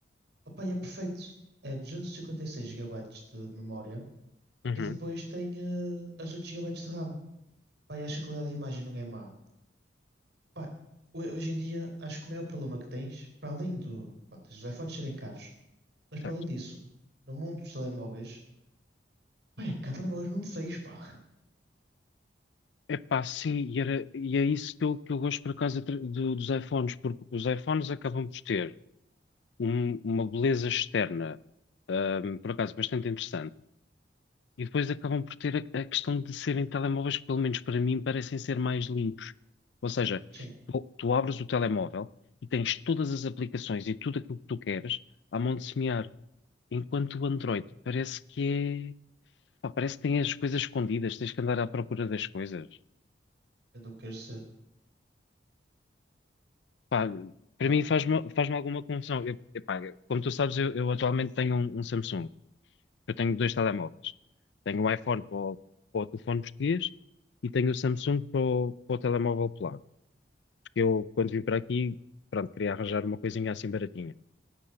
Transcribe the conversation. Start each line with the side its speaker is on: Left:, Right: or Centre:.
Right: Opa, e é perfeito. É 256 gigabytes de memória
Left: Uhum.
Right: e depois tem eh, as 8 gigabytes de RAM. Pá, e acho que a qualidade de imagem não é má. Pá, ho- hoje em dia, acho que o maior problema que tens, para além do, pá, tens os iPhones serem caros, mas para
Left: Certo.
Right: além disso, no mundo dos telemóveis, pá, é que há telemóveis mesmo feios, pá.
Left: Epá, sim, e, era, e é isso que eu, que eu gosto por acaso de- do- dos iPhones, porque os iPhones acabam por ter um- uma beleza externa, ahm, por acaso bastante interessante, e depois acabam por ter a, a questão de serem telemóveis que, pelo menos para mim, parecem ser mais limpos. Ou seja,
Right: Sim,
Left: tu, tu abres o telemóvel e tens todas as aplicações e tudo aquilo que tu queres à mão de semear. Enquanto o Android parece que é. pá, parece que tem as coisas escondidas, tens que andar à procura das coisas.
Right: eu não quero ser.
Left: Pá, para
Right: Pá,
Left: mim faz-me faz-me alguma confusão. Eu- epá, como tu sabes, eu, eu atualmente tenho um, um Samsung. Eu tenho dois telemóveis. Tenho o iPhone para o, para o telefone português e tenho o Samsung para o, para o telemóvel polaco. Porque eu, quando vim para aqui, pronto, queria arranjar uma coisinha assim baratinha.